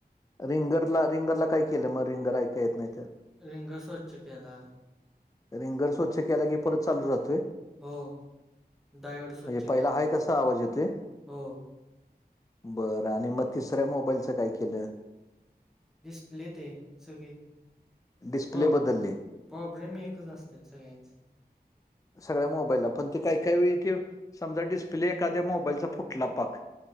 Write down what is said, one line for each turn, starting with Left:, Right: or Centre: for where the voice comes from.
Left: रिंगरला रिंगरला काय? केलं मग रिंगर ऐका येत नाहीत
Centre: रिंग स्वच्छ केला
Left: रिंगर स्वच्छ केला की परत चालू राहतोय?
Centre: हो डायोड स्वच्छ
Left: म्हणजे
Centre: केला
Left: पहिला हाय तसा आवाज येतोय
Centre: हो
Left: बरं आणि मग तिसऱ्या मोबाईलचं काय केलं?
Centre: डिस्प्ले ते सगळे
Left: डिस्प्ले
Centre: प्रॉ
Left: बदलली
Centre: प्रॉब्लेम एकच असत सगळ्यांच
Left: सगळ्या मोबाईलला पण ते काय काय वेळ ते समजा डिस्प्ले एखाद्या मोबाईलचा फुटला पाक